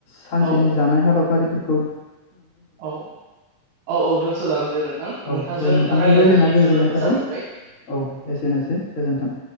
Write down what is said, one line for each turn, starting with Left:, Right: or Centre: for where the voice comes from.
Left: सानसेनि
Right: औ
Left: जानाय हाबाफारि फोरखौ
Right: औ औ औ दोनथ'जागोन दे नोंथां।
Left: औ दे नोंथांजों
Right: रायज्लायनानै
Left: रायज्लायना गोजोननाय
Right: जोबोद मोजां
Left: थाबाय। औ,
Right: मोनबाय
Left: एसेनोसै गोजोन्थों।।